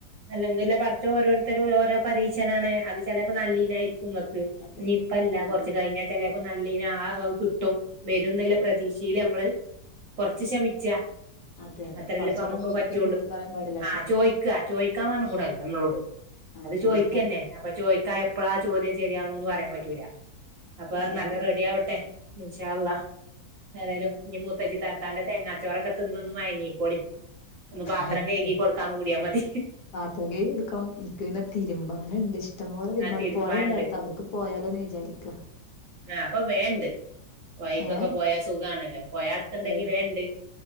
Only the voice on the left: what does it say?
അതെ
അതെ നമ്മള്
അതെ
അതെ അതെ
പടച്ചോനെ നമ്മള്
ഒരിക്കലും കുറ്റം പറയാൻ പാടില്ല
ക്ഷമിക്ക
ആഹ്
ചോദിക്കാ
അതെ
അതെ
ആയിക്കോ
<unintelligible> എടുക്കണം എനിക്ക് പിന്നെ തിരുമ്പാന് ഇണ്ട് ഇഷ്ടം പോലെ തിരുമ്പാനിണ്ട്
പൊഴേണ്ടടുത്ത് അവിടക്ക് പോയാലോന്ന് വിചാരിക്കാ
ഏ
പൊഴ